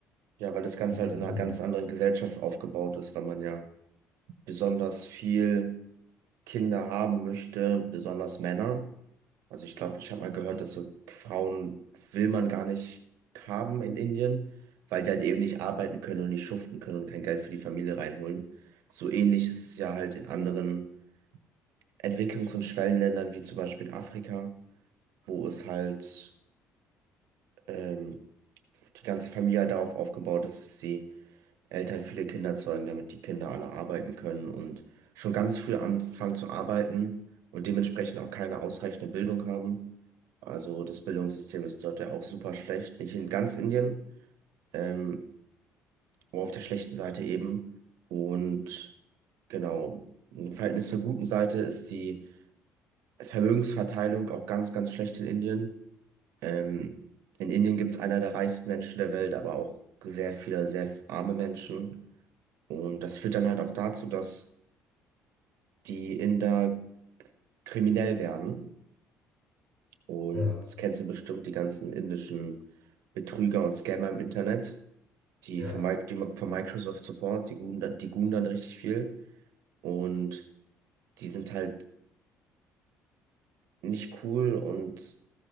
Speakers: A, on the right; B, on the left.
A: Ja, weil das Ganze
B: Und ist
A: halt
B: natürlich.
A: in einer ganz anderen Gesellschaft aufgebaut ist, weil man ja besonders viel Kinder haben möchte, besonders Männer. Also ich glaube, ich habe mal gehört, dass so Frauen will man gar nicht haben in Indien, weil die halt eben nicht arbeiten können und nicht schuften können und kein Geld für die Familie reinholen. So ähnlich ist es ja halt in anderen Entwicklungs- und Schwellenländern, wie zum Beispiel in Afrika, wo es halt ähm, die ganze Familie halt darauf aufgebaut ist, dass sie Eltern viele Kinder zeugen, damit die Kinder alle arbeiten können und schon ganz früh anfangen zu arbeiten und dementsprechend auch keine ausreichende Bildung haben. Also das Bildungssystem ist dort ja auch super schlecht, nicht in ganz Indien, ähm, aber auf der schlechten Seite eben. Und genau, im Verhältnis zur guten Seite ist die Vermögensverteilung auch ganz, ganz schlecht in Indien. Ähm, in Indien gibt es einer der reichsten Menschen der Welt, aber auch sehr viele, sehr arme Menschen. Und das führt dann halt auch dazu, dass die Inder k- kriminell werden. Und
B: Ja,
A: das kennst du bestimmt die ganzen indischen Betrüger und Scammer im Internet, die
B: ja.
A: von, Mi- die von Microsoft Support, die guhen, dann- die guhen dann richtig viel. Und die sind halt nicht cool und